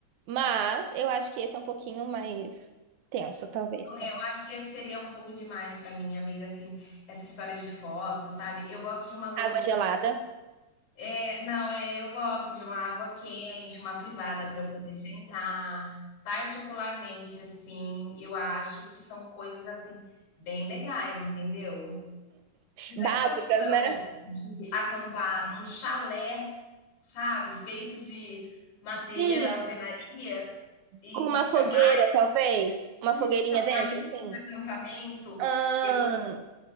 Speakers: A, on the right; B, on the left.
A: Mas eu acho que esse é um pouquinho mais tenso, talvez.
B: Eu,
A: pra-
B: eu acho que esse seria um pouco demais para mim, amiga, assim, essa história de fossa, sabe? Eu gosto de uma louça
A: Água gelada.
B: É, não, é, eu gosto de uma água quente, uma privada para eu poder sentar. Particularmente, assim, eu acho que são coisas assim bem legais, entendeu? Se tivesse
A: Básicas,
B: a opção
A: né?
B: de acampar num chalé, sabe, feito de madeira,
A: Hum,
B: alvenaria e
A: com uma
B: e chamar
A: fogueira, talvez. Uma
B: isso
A: fogueirinha
B: chamar
A: dentro,
B: isso
A: assim.
B: de acampamento,
A: Ahn,
B: eu